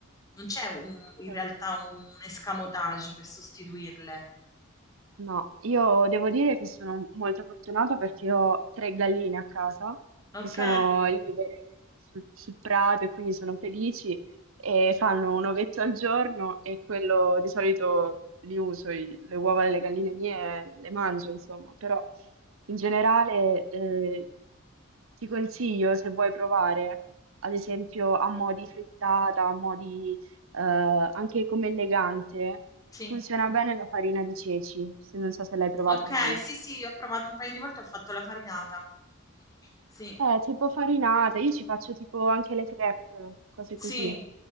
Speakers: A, on the left; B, on the right.
A: non c'è un- in
B: Certo.
A: realtà un escamotage per sostituirle.
B: No, io devo dire che sono molto fortunata perché ho tre galline a casa
A: Ok,
B: che sono libere sul, sul prato e quindi sono felici e fanno un ovetto al giorno e quello di solito li uso, i- le uova delle galline mie le mangio, insomma, però in generale eh, ti consiglio se vuoi provare, ad esempio a mo' di frittata, a mo' di eh, anche come elegante.
A: sì,
B: Funziona bene la farina di ceci, se non so se l'hai provata
A: ok,
B: mai.
A: sì, sì, ho provato un paio di volte, ho fatto la farinata. Sì,
B: Eh, tipo farinata, io ci faccio tipo anche le crepe, cose
A: sì,
B: così.